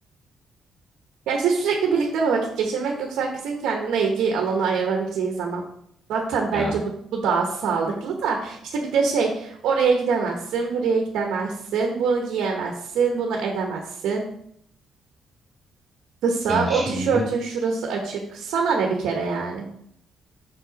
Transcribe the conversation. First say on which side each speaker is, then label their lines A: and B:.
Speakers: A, on the right (about 80°); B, on the right (about 15°).
A: Ya işte sürekli birlikte mi vakit geçirmek yoksa herkesin kendine ilgi alanı ayırabileceği zaman. Zaten
B: Ya
A: bence bu, bu daha sağlıklı da işte bir de şey oraya gidemezsin, buraya gidemezsin, bunu giyemezsin, bunu edemezsin. Kısa,
B: ya şimdi
A: o tişörtün şurası açık. Sana ne bir kere yani?